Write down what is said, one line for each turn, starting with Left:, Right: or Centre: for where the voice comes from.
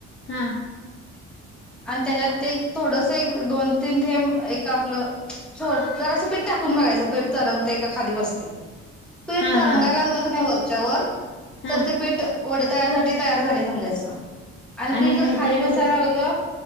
Left: हा
Centre: - आणि त्याच्यात ते थोडस एक दोन तीन ठेंब एक आपलं - थोड जरासं पीठ टाकून बघायचं पीठ तरंगतय का खाली बसते. पीठ
Left: हा
Centre: तरंगायला
Left: हा
Centre: लागलं की नाही वरच्यावर
Left: हा
Centre: तर ते पीठ- वड तळ्यासाठी तयार झाले समजायच आणि पीठ
Left: नाहीत
Centre: जर - खाली
Left: रंगलं
Centre: बसायला
Left: तर
Centre: लागलं